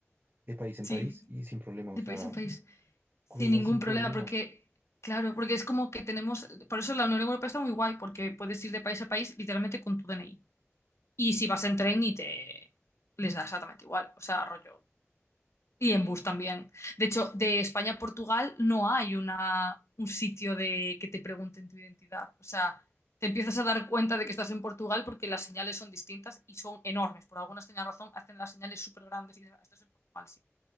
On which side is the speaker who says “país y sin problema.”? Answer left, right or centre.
Right